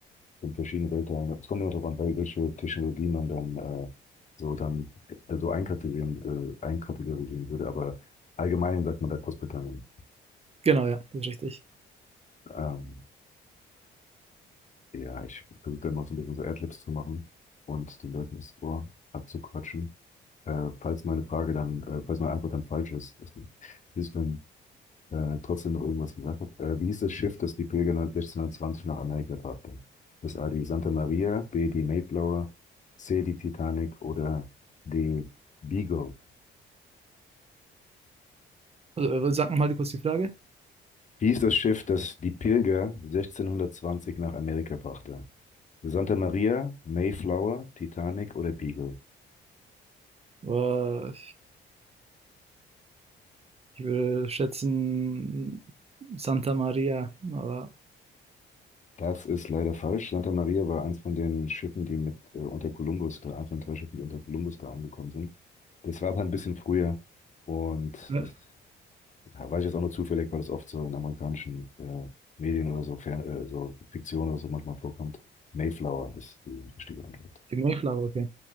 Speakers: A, on the left; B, on the right.
A: von verschiedenen Weltteilen, es kommt immer darauf an, wel- welche Technologie man dann äh, so dann äh, so einkategorisieren, äh, einkategorisieren würde, aber allgemein sagt man da Großbritannien.
B: Genau, ja, das ist richtig.
A: Ähm, Ja, ich versuche da immer so ein bisschen so Adlibs zu machen und den Leuten das Ohr abzuquatschen. Äh, falls meine Frage dann, äh, falls meine Antwort dann falsch ist, dass ich dann äh, trotzdem noch irgendwas gesagt hat. Äh, wie hieß das Schiff, das die Pilger 1620 nach Amerika brachte? Das A, die Santa Maria, B, die Mayflower, C, die Titanic oder D, Beagle.
B: Also, äh, sag nochmal kurz die Frage.
A: Wie hieß das Schiff, das die Pilger 1620 nach Amerika brachte? Santa Maria, Mayflower, Titanic oder Beagle?
B: Boah, ich würde schätzen Santa Maria, aber
A: Das ist leider falsch. Santa Maria war eins von den Schiffen, die mit äh, unter Kolumbus da, eins von drei Schiffen, die unter Kolumbus da angekommen sind. Das war aber ein bisschen früher und
B: äh,
A: das ja, weiß ich jetzt auch nur zufällig, weil es oft so in amerikanischen äh, Medien oder so, Fern äh, so Fiktion oder so manchmal vorkommt. Mayflower ist die richtige Antwort.
B: die Mayflower, okay.